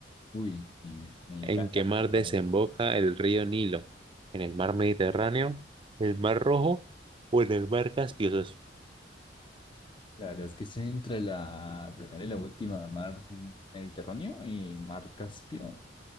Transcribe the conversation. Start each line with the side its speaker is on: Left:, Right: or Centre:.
Left: Uy, me, me
Right: ¿En
Left: cargaste,
Right: qué mar
Left: pero
Right: desemboca el río Nilo? ¿En el mar Mediterráneo? ¿El mar Rojo? ¿O en el mar Caspio, socio?
Left: la verdad es que estoy entre la primera y la última, mar Mediterráneo y mar Caspio.